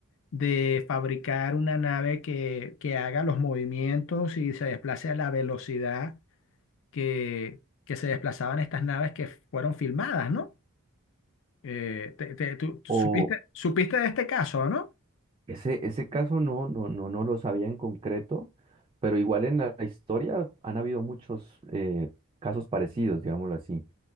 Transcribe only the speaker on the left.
de fabricar una nave que, que haga los movimientos y se desplace a la velocidad que, que se desplazaban estas naves que fueron filmadas, ¿no? Eh, te- te- tú, tú
supiste, supiste de este caso, ¿no?